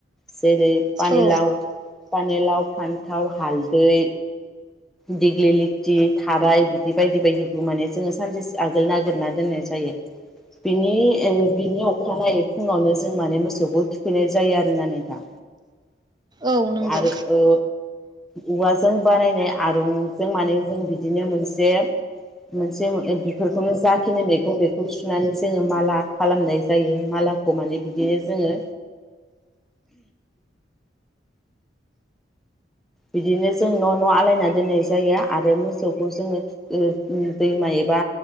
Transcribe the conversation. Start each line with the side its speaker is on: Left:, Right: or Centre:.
Centre: जेरैाव पानिलाव
Right: औ
Centre: पानिलाव फानथाव गोथाव हालदै दिग्लिलिथि थाराय बिदि बायदि बायदिखौ माने जोङो सानसे आगोल नागिरना दोननाय जायो बिनि ओ बिनि अखानायै फुङावनो जों माने मोसौखौ थुखैनाय जायो आरोना नोंथां
Right: औ नंगौ।
Centre: आरो ओ औवाजों बानायनाय आरंजों माने जों बिदिनो मोनसे मोनसे बेफोरखौनो जाखिनि मैगं बेखौ सुनानै जोङो माला खालामनाय जायो मालाखौ माने बिदिनो जोङो। बिदिनो जों न' न' आलायना दोननाय जायो आरो मोसौखौ जोङो ओ दैमा एबा